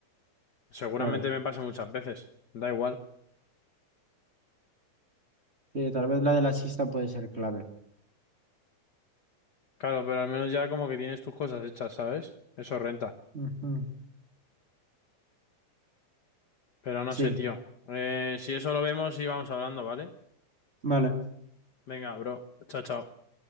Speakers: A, on the left (about 65°); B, on the right (about 30°).
A: Seguramente
B: claro.
A: me pase muchas veces, da igual.
B: Sí, tal vez la de la siesta puede ser clave.
A: Claro, pero al menos ya como que tienes tus cosas hechas, ¿sabes? Eso renta.
B: Ujú,
A: Pero no
B: Sí,
A: sé, tío. Eh, si eso lo vemos, y vamos hablando, ¿vale?
B: vale,
A: Venga, bro. Chao, chao.